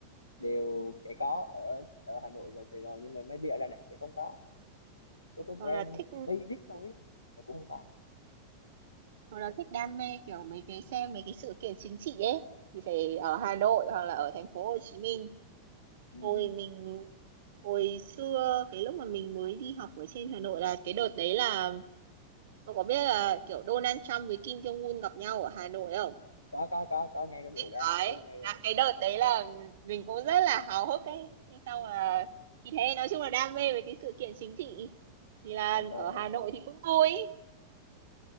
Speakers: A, on the left (about 80°); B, on the right (about 55°).
A: đều sẽ có ở ở Hà Nội và Sài Gòn nhưng mà maybe ở Đà Nẵng sẽ không có số có brand
B: hoặc là thích
A: basic thôi ý, mà cũng không có
B: Hồi đó thích đam mê kiểu mấy cái xem mấy cái sự kiện chính trị ấy thì phải ở Hà Nội hoặc là ở thành phố Hồ Chí Minh.
A: ừ.
B: Hồi
A: ừ.
B: mình hồi xưa cái lúc mà mình mới đi học ở trên Hà Nội là cái đợt đấy là cậu có biết là kiểu Donald Trump với Kim Jong Un gặp nhau ở Hà Nội không?
A: có có có có nghe cái vụ
B: Biết
A: đó
B: đấy
A: có nghe cái
B: là
A: vụ đó
B: cái đợt
A: Dạ.
B: đấy là mình cũng rất là háo hức ấy. Thế xong là thì thế nói chung là đam mê về cái sự kiện chính trị thì là
A: Ờ, ờ,
B: ở Hà Nội
A: ờ.
B: thì cũng vui.